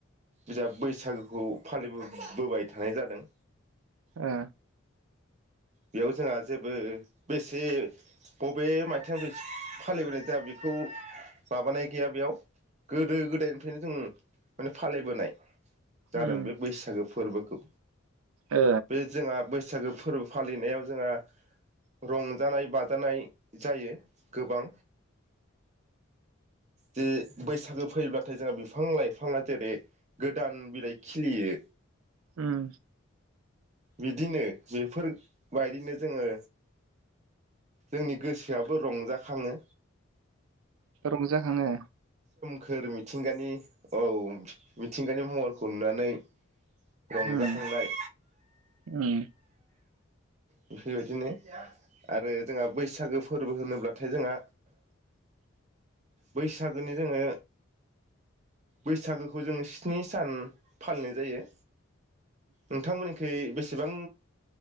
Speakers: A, on the right; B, on the right.
A: बिजाब बैसागोखौ फालिबो बोबाय थानाय जादों।
B: ओ
A: बेयाव जोंहा जेबो बेसे बबे मायथाइयाव बे फालिबोनाय जाया बेखौ माबानाय गैया बेयाव गोदो गोदायनिफ्रायनो जों माने फालिबोनाय जादों
B: उम
A: बे बैसागो फोरबोखौ
B: ओ
A: बे जोंहा बैस सागो फोरबो फालिनायाव जोंहा रंजानाय बाजानाय जायो गोबां जे बैसागो फैबाथाय जोंहा बिफां लाइफाङा जेरै गोदान बिलाइ खिलियो
B: उम
A: बिदिनो जेफोर बायदिनो जोङो जोंनि गोसोआबो रंजाखाङो।
B: रंजाखाङो
A: खोर मिथिंगानि औ मिथिंगानि महरखौ नुनानै रंजाखांनाय
B: उम उम
A: बेफोरबायदिनो आरो जोंहा बैसागो फोरबो होनोब्लाथाय जोंहा बैसागोनि जोङो बैसागोखौ जोङो स्नि सान फालिनाय जायो। नोंथांमोननि सै बेसेबां